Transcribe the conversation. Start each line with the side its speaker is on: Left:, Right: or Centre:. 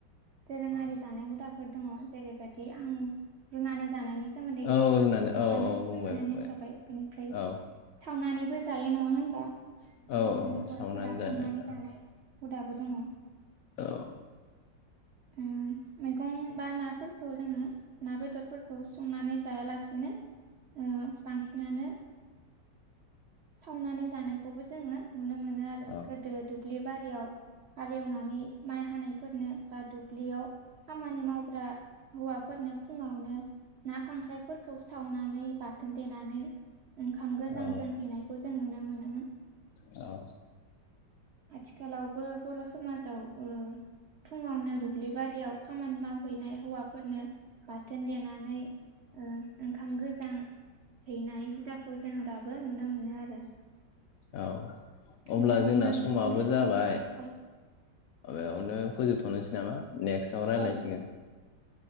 Right: दोरोङारि जानाय हुदा फोर दङ जेरैबायदि आं रुनानै जानायनि सोमोन्दै एसे
Left: औ रुनानै
Right: आगायनो
Left: औ औ
Right: फोरमायनानै
Left: बुंबाय बुंबाय
Right: होखाबाय बेनिफ्राय
Left: औ
Right: सावनानैबो जायो नङा होनबा
Left: औ
Right: जोंनि
Left: औ
Right: बर'फोरा
Left: सावनानै जानो
Right: सावनानै जानाय हुदाबो दङ
Left: औ
Right: ओ मैगं बा नाफोरखौ जोङो ना बेदरफोरखौ संनानै जायालासिनो ओ बांसिनानो सावनानै जानायखौबो जोङो नुनो मोनो आरो
Left: औ
Right: गोदो दुब्लि बारियाव हालेवनानै माइ हानायफोरनो बा दुब्लियाव खामानि मावग्रा हौवाफोरनो फुङावनो ना खांख्राइफोरखौ सावनानै बाथोन देनानै ओंखाम
Left: औ
Right: गोजां जों हैनायखौ जों नुनो मोनोमोन
Left: औ
Right: आथिखालावबो बर' समाजाव ओ फुंङावनो दुब्लि बारियाव खामानि मावहैनाय हौवाफोरनो बाथोन देनानै ओंखाम ओ गोजां हैनाय हुदाखौ जों दाबो नुनो मोनो आरो
Left: औ
Right: बेबादिनो
Left: अब्ला जोंना समाबो
Right: मैगं थाइगंनि
Left: जाबाय
Right: औ
Left: बेयावनो फोजोबथ'नोसै नामा नेक्स्टआव रायज्लायसिगोन
Right: औ